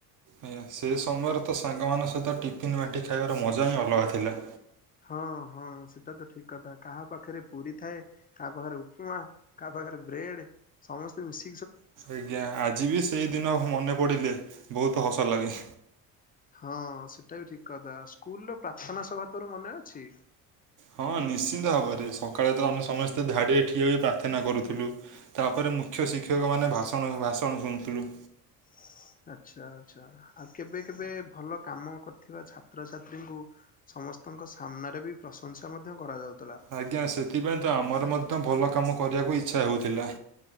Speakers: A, on the right; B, on the left.
A: ଆଜ୍ଞା ସେ ସମୟରେ ତ ସାଙ୍ଗମାନଙ୍କ ସହିତ ଟିଫିନ୍ ବାଣ୍ଟିି ଖାଇବାର ମଜା ହିଁ ଅଲଗା ଥିଲା।
B: ହଁ ହଁ ସେଟା ତ ଠିକ କଥା କାହା ପାଖରେ ପୁରୀ ଥାଏ କାହା ପାଖରେ ଉପମା କାହା ପାଖ ବ୍ରେଡ ସମସ୍ତେ ମିଶି
A: ଆଜ୍ଞା ଆଜି ବି ସେଇଦିନ ମନେ ପଡିଲେ ବହୁତ ହସ ଲାଗେ।
B: ହଁ ସେଟା ବି ଠିକ କଥା ସ୍କୁଲର ପ୍ରାର୍ଥନା ସଭା ତୋର ମନେ ଅଛି।
A: ହଁ ନିଶ୍ଚିନ୍ତ ଭାବରେ ସକାଳେ ତ ଆମେ ସମସ୍ତେ ଧାଡିରେ ଠିଆ ହୋଇ ପ୍ରାର୍ଥନା କରୁଥିଲୁ ତାପରେ ମୁଖ୍ୟ ଶିକ୍ଷକ ମାନେ ଭାଷଣ ଭାଷଣ ଶୁଣୁଥିଲୁ।
B: <unintelligible> ଆଛା ଆଛା ଆଉ କେବେ କେବେ ଭଲ କାମ କରିଥିବା ଛାତ୍ରଛାତ୍ରୀଙ୍କୁ ସମସ୍ତଙ୍କ ସାମ୍ନାରେ ବି ପ୍ରଶଂସା ମଧ୍ୟ କରାଯାଉ
A: ଆଜ୍ଞା ସେଥିପାଇଁ ତ ଆମର ମଧ୍ୟ ଭଲ କାମ କରିବାକୁ ଇଚ୍ଛା ହଉଥିଲା।